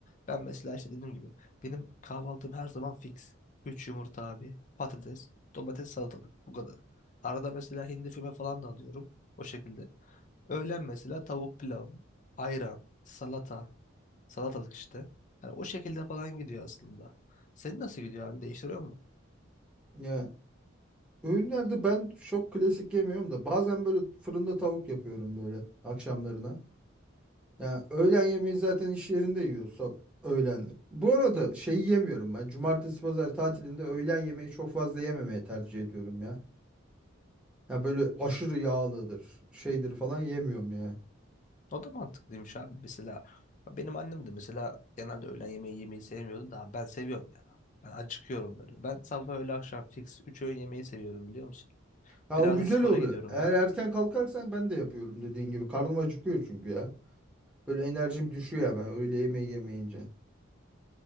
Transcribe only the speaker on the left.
Ben mesela işte dediğim gibi benim kahvaltım her zaman fix. üç yumurta abi, patates, domates, salatalık bu kadar. Arada mesela hindi füme falan da alıyorum o şekilde. Öğlen mesela tavuk pilav, ayran, salata, salatalık işte. Yani o şekilde falan gidiyor aslında. Senin nasıl gidiyor abi? Değiştiriyor mu?
O da mantıklıymış abi. Mesela benim annem de mesela genelde öğlen yemeği yemeyi sevmiyordu da ben seviyorum ya. Ben acıkıyorum böyle. Ben sabah öğle akşam fix 3 öğün yemeği seviyorum biliyor musun?
Biraz
da spora
gidiyorum
ben.